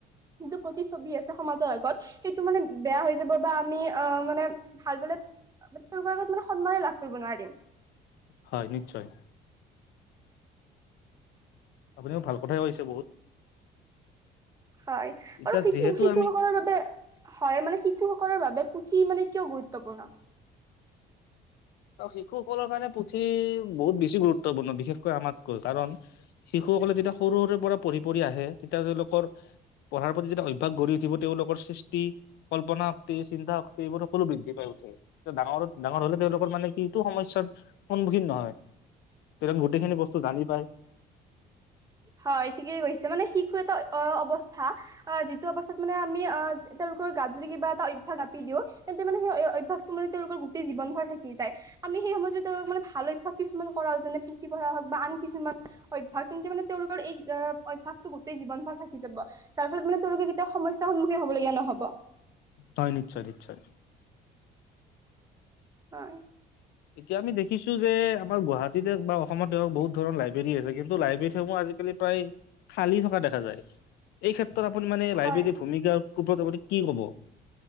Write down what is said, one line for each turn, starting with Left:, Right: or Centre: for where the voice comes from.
Right: যিটো প্ৰতিচ্ছবি আছে সমাজৰ আগত, সেইটো মানে বেয়া হৈ যাব বা আমি আহ মানে ভালদৰে তেওঁলোকৰ আগত মানে সন্মানে লাভ কৰিব নোৱাৰিম।
Left: হয় নিশ্চয়। আপুনি মোক ভাল কথথাই কৈছে বহুত।
Right: হয়,
Left: এতিয়া
Right: আৰু শি-শিশুসকলৰ
Left: যিহেতু আমি
Right: বাবে হয়, মানে শিশুসকলৰ বাবে পুথি মানে কিয় গুৰুত্বপূৰ্ণ?
Left: শিশুসকলৰ কাৰণে পুথি বহুত বেছি গুৰুত্বপূৰ্ণ বিশেষকৈ আমাতকৈ কাৰণ শিশুসকলে যেতিয়া সৰু সৰুৰে পৰা পঢ়ি পঢ়ি আহে তেতিয়া তেওঁলোকৰ পঢ়াৰ প্ৰতি যেতিয়া অভ্যাস গঢ়ি উঠিব, তেওঁলোকৰ সৃষ্টি কল্পনা শক্তি, চিন্তা শক্তি এইবোৰ সকলো বৃদ্ধি পাই উঠে, ডাঙৰ ডাঙৰ হ'লে তেওঁলোক বোৰ মানে কি এইটো সমস্যাৰ সন্মুখীন নহয়, তেওঁলোক গোটেইখিনি বস্তু জানি পায়।
Right: হয় ঠিকেই কৈছে, মানে শিশু এটা অ' অৱস্থা। অ' যিটো অৱস্থাত মানে আমি অ' তেওঁলোকৰ গাত যদি কিবা এটা অভ্যাস জাপি দিওঁ, তেন্ত সেই মানে সেই অভ্যাস টো মানে তেওঁলোকৰ গোটেই জীৱন ভৰ থাকি যায়। আমি সেই সময়ত যদি তেওঁলোকক মানে ভাল অভ্যাস কিছুমান কৰাও যেনে পুথি পঢ়া হওঁক বা আন কিছুমা হয় তেন্তে মানে তেওঁলোকৰ এই আ, অভ্যাস টো গোটেই জীৱন ভৰ থাকি যাব, তাৰফলত মানে তেওঁলোকৰ কেতিয়াও সম্যাৰ সন্মুখন হ'বলগীয়া নহ'ব।
Left: হয় নিশ্চয় নিশ্চয়।
Right: হয়।
Left: এতিয়া আমি দেখিছোঁ যে আমাৰ গুৱাহাটীতে বা অসমত হওঁক, বহুত ধৰণ লাইব্ৰৰী আছে। কিন্তু লাইব্ৰেৰীসমূহত আজিকালি প্ৰায় খালী থকা দেখা যায়। এই ক্ষেত্ৰত আপুনি মানে
Right: হয়
Left: লাইব্ৰেৰীৰ ভূমিকাৰ ওপৰত আপুনি কি ক'ব?